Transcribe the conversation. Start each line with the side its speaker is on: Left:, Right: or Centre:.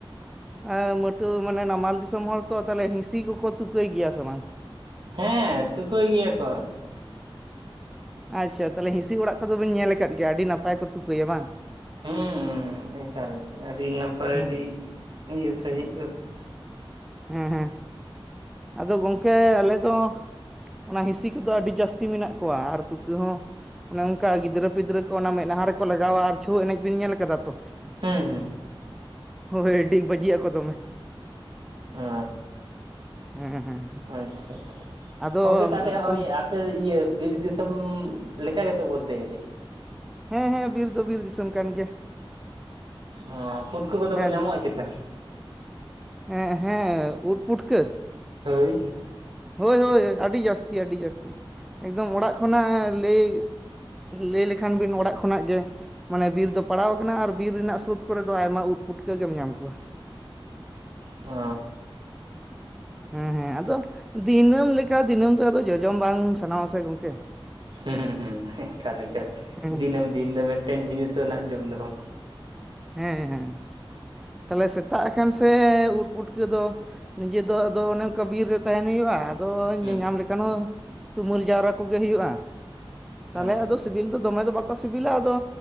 Centre: ᱮᱸ ᱢᱟᱹᱴᱩᱣᱟᱹ ᱢᱟᱱᱮ ᱱᱟᱢᱟᱞ ᱫᱤᱥᱚᱢ ᱦᱚᱲ ᱛᱚ ᱛᱟᱦᱚᱞᱮ ᱦᱤᱸᱥᱤ ᱠᱚᱠᱚ ᱛᱩᱠᱟᱹᱭ ᱜᱮᱭᱟ ᱥᱮ ᱵᱟᱝ?
Right: ᱦᱮᱸ ᱛᱩᱠᱟᱹᱭ ᱜᱮᱭᱟ ᱠᱚ ᱾
Centre: ᱟᱪᱪᱷᱟ, ᱛᱟᱦᱚᱞᱮ ᱦᱤᱸᱥᱤ ᱚᱲᱟᱜ ᱠᱚᱫᱚ ᱵᱮᱱ ᱧᱮᱞ ᱟᱠᱟᱫ ᱜᱮᱭᱟ ᱟᱹᱰᱤ ᱱᱟᱯᱟᱭ ᱠᱚ ᱛᱩᱠᱟᱹᱭᱟ ᱵᱟᱝ?
Right: ᱦᱮᱸ ᱮᱠᱟᱞ ᱟᱹᱰᱤ ᱱᱟᱯᱟᱭ
Centre: ᱦᱮᱸ
Right: ᱟᱹᱰᱤ ᱤᱭᱟᱹ ᱥᱟᱹᱦᱤᱡ ᱜᱮ
Centre: ᱦᱮᱸ ᱦᱮᱸ, ᱟᱫᱚ ᱜᱚᱝᱠᱮ ᱟᱞᱮ ᱫᱚ ᱚᱱᱟ ᱦᱤᱸᱤᱥᱤ ᱠᱚᱫᱚ ᱟᱹᱰᱤ ᱡᱟᱹᱥᱛᱤ ᱢᱮᱱᱟᱜ ᱠᱚᱣᱟ, ᱟᱨ ᱛᱩᱠᱟᱹ ᱦᱚᱸ ᱚᱱᱮ ᱚᱱᱠᱟ ᱜᱤᱫᱽᱨᱟᱹ ᱯᱤᱫᱽᱨᱟᱹ ᱠᱚ ᱚᱱᱟ ᱢᱮᱫᱦᱟ ᱨᱮᱠᱚ ᱞᱟᱜᱟᱣᱟ᱾ ᱟᱨ ᱪᱷᱳ ᱮᱱᱮᱡ ᱵᱮᱱ ᱧᱮᱞ ᱟᱠᱟᱫᱟ ᱛᱚ?
Right: ᱦᱩᱸ ᱦᱩᱸ
Centre: ᱦᱳᱭ ᱰᱤᱠ ᱵᱟᱹᱡᱤᱜ ᱟᱠᱚ ᱫᱚᱢᱮ ᱾
Right: ᱚ
Centre: ᱦᱮᱸ ᱦᱮᱸ
Right: ᱟᱪᱪᱷᱟ ᱟᱪᱪᱷᱟ
Centre: ᱟᱫᱚ
Right: ᱜᱚᱢᱠᱮ ᱛᱟᱦᱚᱞᱮ ᱱᱚᱜ-ᱚᱭ
Centre: ᱥᱚᱢ
Right: ᱟᱯᱮ ᱤᱭᱟᱹ ᱵᱤᱨ ᱫᱤᱥᱚᱢ ᱞᱮᱠᱟ ᱜᱮᱛᱚ ᱵᱚᱞᱛᱮ ᱜᱮᱞᱮ
Centre: ᱦᱮᱸ ᱦᱮᱸ ᱵᱤᱨ ᱫᱚ ᱵᱤᱨ ᱫᱤᱥᱚᱢ ᱠᱟᱱ ᱜᱮᱭᱟ ᱾
Right: ᱚᱻ ᱯᱷᱩᱴᱠᱟᱹ ᱠᱚᱫᱚ
Centre: ᱦᱮᱸ
Right: ᱠᱚ ᱧᱟᱢᱚᱜ-ᱟ
Centre: ᱫᱩ
Right: ᱪᱮᱛᱟ?
Centre: ᱦᱮᱸ ᱦᱮᱸ ᱩᱫ ᱯᱩᱴᱠᱟᱹ ᱾
Right: ᱦᱳᱭ ᱾
Centre: ᱦᱳᱭ ᱦᱳᱭ ᱟᱹᱰᱤ ᱡᱟᱹᱥᱛᱤ ᱟᱹᱰᱤ ᱡᱟᱹᱥᱛᱤ ᱾ ᱮᱠᱫᱚᱢ ᱚᱲᱟᱜ ᱠᱷᱚᱱᱟᱜ ᱞᱟᱹᱭ, ᱞᱟᱹᱭ ᱞᱮᱠᱷᱟᱱ ᱵᱤᱱ ᱚᱲᱟᱜ ᱠᱷᱚᱱᱟᱜ ᱜᱮ ᱢᱟᱱᱮ ᱵᱤᱨ ᱫᱚ ᱯᱟᱲᱟᱣ ᱟᱠᱟᱱᱟ ᱟᱨ ᱵᱤᱨ ᱨᱮᱱᱟᱜ ᱥᱩᱫᱽ ᱠᱚᱨᱮ ᱫᱚ ᱟᱭᱢᱟ ᱩᱫ ᱯᱩᱴᱠᱟᱹ ᱜᱮᱢ ᱧᱟᱢ ᱠᱚᱣᱟ ᱾
Right: ᱚᱻ
Centre: ᱦᱮᱸ ᱦᱮᱸ ᱟᱫᱚ ᱫᱤᱱᱟᱹᱢ ᱞᱮᱠᱟ ᱫᱤᱱᱟᱹᱢ ᱟᱫᱚ ᱡᱚᱡᱚᱢ ᱵᱟᱝ ᱥᱟᱱᱟᱣ ᱟᱥᱮ ᱜᱚᱢᱠᱮ ᱾
Right: ᱦᱮᱸ ᱦᱩᱸ ᱮᱠᱟᱞ ᱮᱠᱟᱞ <inaudible>
Centre: ᱦᱮᱸ
Right: ᱫᱤᱱᱟᱹᱢ ᱫᱤᱱ ᱫᱚ ᱢᱤᱫᱴᱮᱱ ᱡᱤᱱᱤᱥ ᱨᱮᱱᱟᱜ ᱡᱚᱢ ᱫᱚᱦᱚ
Centre: ᱦᱮᱸ ᱦᱮᱸ ᱾ <inaudible> ᱛᱟᱦᱚᱞᱮ ᱥᱮᱛᱟᱜ ᱟᱠᱟᱱ ᱥᱮ ᱩᱫ ᱯᱩᱴᱠᱟᱹ ᱫᱚ ᱱᱤᱡᱮ ᱫᱚ ᱟᱫᱚ ᱚᱱᱮ ᱚᱱᱠᱟ ᱵᱤᱨ ᱨᱮ ᱛᱟᱦᱮᱱ ᱦᱩᱭᱩᱜ-ᱟ ᱟᱫᱚ
Right: ᱦᱩᱸ
Centre: ᱧᱮᱧᱟᱢ ᱞᱮᱠᱷᱟᱱ ᱦᱚ ᱛᱩᱢᱟᱹᱞ ᱡᱟᱣᱨᱟ ᱠᱚᱜᱮ ᱦᱩᱭᱩᱜ-ᱟ ᱾ ᱛᱟᱦᱚᱞᱮ
Right: ᱦᱩᱸ
Centre: ᱟᱫᱚ ᱥᱤᱵᱤᱞ ᱫᱚ ᱫᱚᱢᱮ ᱫᱚ ᱵᱟᱠᱚ ᱥᱤᱵᱤᱞᱟ ᱾ ᱟᱫᱚ